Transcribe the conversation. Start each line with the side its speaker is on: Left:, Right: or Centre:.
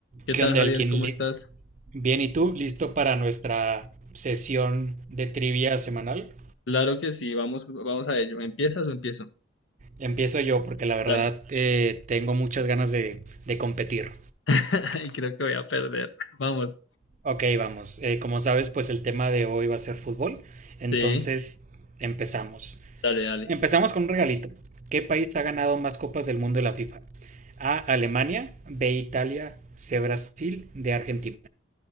Left: ¿Qué
Right: ¿Qué
Left: tal,
Right: onda,
Left: Javier?
Right: Elkin?
Left: ¿Cómo
Right: Li-
Left: estás?
Right: Bien, ¿y tú? ¿Listo para nuestra sesión de trivia semanal?
Left: Claro que sí, vamos, vamos a ello. ¿Empiezas o empiezo?
Right: Empiezo yo porque la verdad
Left: Dale.
Right: eh, tengo muchas ganas de, de competir.
Left: <laughs> Y creo que voy a perder. <laughs> Vamos.
Right: Ok, vamos. Eh, como sabes, pues el tema de hoy va a ser fútbol. Entonces,
Left: Sí,
Right: empezamos.
Left: dale, dale.
Right: Empezamos con un regalito. ¿Qué país ha ganado más copas del mundo de la FIFA? A, Alemania, B, Italia, C, Brasil, D, Argentina.